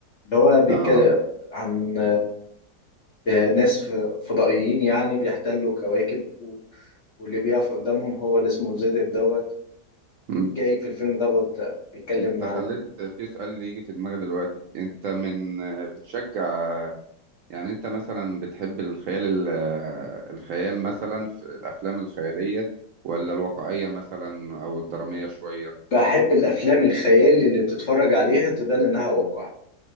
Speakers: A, on the left (about 50°); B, on the right (about 70°).
A: اللي هو بيتكلم
B: اه
A: عن آه، ناس ف- فضائيين يعني بيحتلوا كواكب و- واللي بيقف قدامهم هو اللي اسمه زيتك دوت
B: م.
A: جاي في الفيلم دوت آه، بيتكلم
B: انت
A: عن
B: خليت في سؤال اللي يجي في دماغي دلوقتي انت من بتشجع يعني انت مثلا بتحب الخيال ال- الخيال مثلا في الافلام الخيالية ولا الواقعية مثلا او الدرامية شوية
A: بحب الأفلام الخيال اللي تتفرج عليها تبان إنها واقع